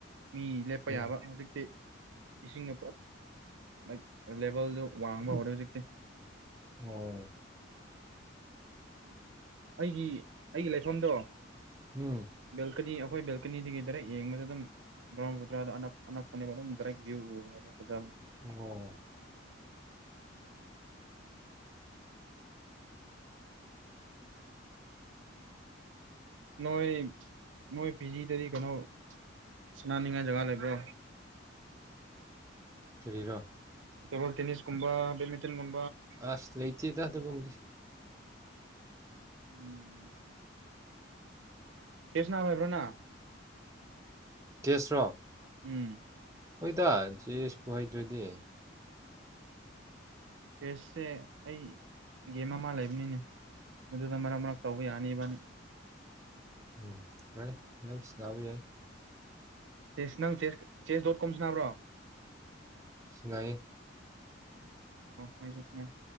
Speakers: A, on the right (about 75°); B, on the right (about 15°).
A: ꯃꯤ ꯂꯦꯞꯄ
B: ꯎꯝ
A: ꯌꯥꯕ ꯍꯧꯖꯤꯛꯇꯤ ꯏꯁꯤꯡꯅ ꯄꯨꯂꯞ ꯂꯥꯏꯛ ꯂꯦꯕꯦꯜꯗꯣ ꯋꯥꯡꯕ ꯍꯧꯔꯦ ꯍꯧꯖꯤꯛꯇꯤ
B: ꯎꯝ
A: ꯑꯩꯒꯤ ꯑꯩꯒꯤ ꯂꯩꯐꯝꯗꯣ
B: ꯎꯝ
A: ꯕꯦꯜꯀꯅꯤ ꯑꯩꯈꯣꯏ ꯕꯦꯜ ꯀꯀꯅꯤꯗꯒꯤ ꯗꯥꯏꯔꯦꯛ ꯌꯦꯡꯕꯗ ꯑꯗꯨꯝ ꯕ꯭ꯔꯨꯗ꯭ꯔꯥꯗ ꯑꯅꯛ ꯑꯅꯛꯄꯅꯦꯕ ꯑꯗꯨꯝ ꯗꯥꯏꯔꯦꯛ ꯚ꯭ꯌꯨ ꯎꯕꯅꯦꯕ ꯐꯖꯕ
B: ꯎ
A: ꯅꯣꯏ ꯅꯣꯏ ꯄꯤꯖꯤꯗꯗꯤ ꯀꯩꯅꯣ ꯁꯅꯥꯅꯤꯡ ꯍꯥꯏ ꯖꯒꯥ ꯂꯩꯕꯣ
B: ꯐꯔꯣ
A: ꯀꯦꯕꯜ ꯇꯦꯅꯤꯁ ꯀꯨꯝꯕ ꯕꯠꯃꯤꯟꯇꯟ ꯀꯨꯝ
B: ꯑꯁ ꯂꯩꯇꯦ ꯇ ꯑꯗꯨꯗꯤ
A: ꯎꯝ ꯀꯁꯅꯥ ꯍꯥꯏꯕ꯭ꯔꯣꯅꯥ
B: ꯇꯦꯁ꯭ꯔꯣ
A: ꯎꯝ
B: ꯍꯣꯏꯗ ꯆꯦꯁꯄ ꯍꯩꯗ꯭ꯔꯗꯤ
A: ꯆꯦꯁꯁꯦ ꯑꯩ ꯒꯦꯝ ꯑꯃ ꯂꯩꯕꯅꯤꯅꯦ ꯃꯗꯨꯗ ꯃꯔꯛ ꯃꯔꯛ ꯇꯧꯕ ꯌꯥꯅꯤꯕꯅꯤ
B: ꯎꯝ ꯀꯦ ꯌꯥꯕꯤ ꯌꯥ
A: ꯆꯦꯁ ꯅꯪ ꯆ ꯆꯦꯁ ꯗꯣꯠ ꯀꯣꯝꯁꯨ ꯅꯕ꯭ꯔꯣ
B: ꯁꯤꯉꯥꯏ
A: ꯑꯣꯁꯨꯁ